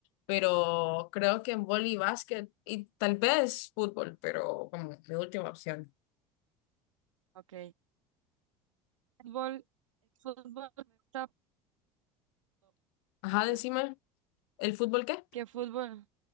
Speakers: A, on the left (about 65°); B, on the right (about 80°).
A: pero creo que en vóley y básquet y tal vez fútbol, pero como mi última opción.
B: Ok. Fútbol, fútbol me gusta, pero,
A: Ajá,
B: pues,
A: decime, ¿el fútbol qué?
B: ¿qué fútbol?